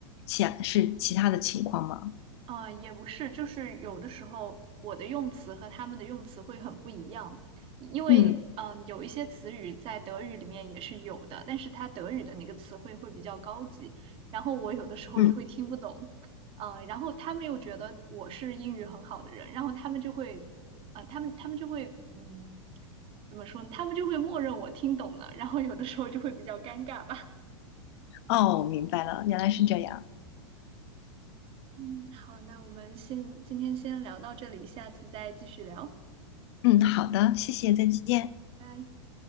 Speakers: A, on the left; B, on the right.
A: 其是其他的情况吗？
B: 啊、呃也不是，就是有的时候我的用词和他们的用词会很不一样，因为嗯、
A: 嗯
B: 呃有一些词语在德语里面也是有的，但是它德语的那个词汇会比较高级，然后我有的时候就会听不懂，
A: 嗯。
B: 呃，然后他们又觉得我是英语很好的人，然后他们就会，啊，他们他们就会，嗯，怎么说呢？他们就会默认我听懂了，然后有的时候就会比较尴尬吧。
A: 哦，明白了，原来是这样。
B: 嗯，好，那我们先今天先聊到这里，下次再继续聊，
A: 嗯，好的，谢谢，再见。
B: 拜。